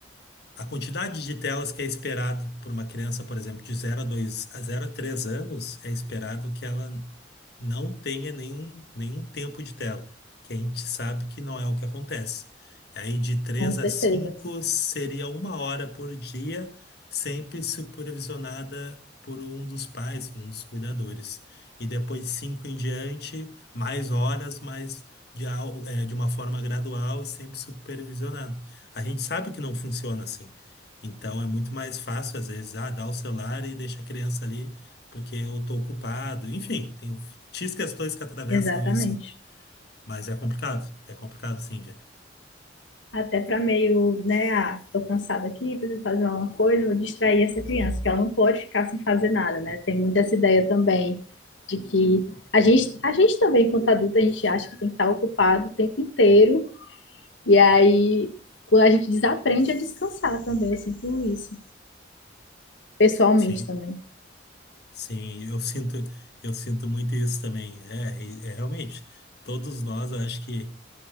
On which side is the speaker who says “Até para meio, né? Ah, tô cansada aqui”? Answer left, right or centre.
Left